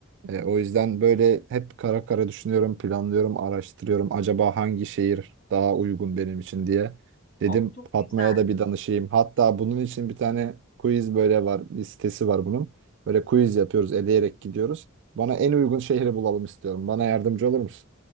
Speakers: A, on the right (about 60°); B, on the left (about 70°).
A: E, o yüzden böyle hep kara kara düşünüyorum, planlıyorum, araştırıyorum. Acaba hangi şehir daha uygun benim için diye. Dedim
B: Oh, çok
A: Fatma'ya
B: güzel.
A: da bir danışayım. Hatta bunun için bir tane quiz böyle var, bir sitesi var bunun. Böyle quiz yapıyoruz, eleyerek gidiyoruz. Bana en uygun şehri bulalım istiyorum. Bana yardımcı olur musun?